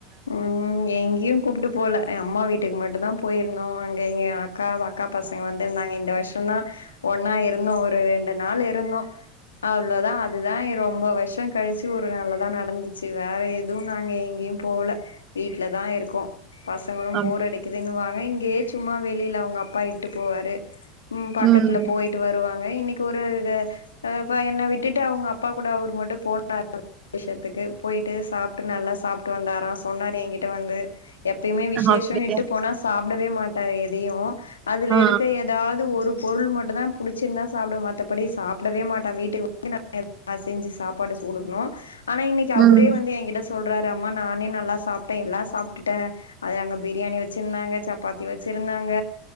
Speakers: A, on the left (about 80°); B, on the right (about 40°).
A: உம் எங்யும் கூப்ட்டு போல எ அம்மா வீட் ட்டுக் மட்டுந்தா போயிருந்தோ அங்க எங்கேயே அக்கா அக்கா பசங்க வந்துர்ந்தாங்க இந்த வர்ஷந்தா ஒன்னா இருந்தோ ஒரு ரெண்டு நாள் இருந்தோ அவ்ளோதா அதுதா எ ரொம்ப வர்சோ கழிச்சு ஒரு நல்லதா நடந்துச்சு வேற எதுவு நாங்க எங்யும் போல வீட்ல தா இருக்கோ பசங்களும்
B: அம்.
A: போர் அடிக்குது னுவாங்க இங்கே சும்மா வெளில அவுங்க அப்பா இட்டு போவாரு உம் பக்கத்ல
B: ம்
A: போயிட்டு வருவாங் க இன்னைக்கு ஒரு க அபா என்ன விட்டுட்டு அவுங்க அப்பா கூட அவர் மட்டு போனாரு விஷ்யத்துக்கு போயிட்டு சாப்ட்டு நல்லா சாப் ட்டு வந்தாரா சொன்னாரு எங்கிட்ட வந்து எப்பயுமே விஷேஷோ
B: அப்படியா
A: இட்டு போனா சாப் உடவே மாட்டாரு எதையு அதுல
B: ஆ
A: இருக்க ஏதாது ஒரு பொருள் மட்டு தா புடுச்சுர்ந்தா சாப்ட மாட்டபடி சாப்டவே மாட்டா வீட்டுக் வந்து நா <inaudible> நா செஞ்சு சாப்பாடு சூடுக்ணு ஆனா இன்னக்கி அவுரே
B: ம்
A: வந்து எங்கிட்ட சொல் றமா நானே நல்லா சாப்ட்ட எல்லா சாப்ட்டுட்ட அது அங்க பிரியாணி வச்சுர்ந்தாங்க சப்பாத்தி வச்சிருந்தாங்க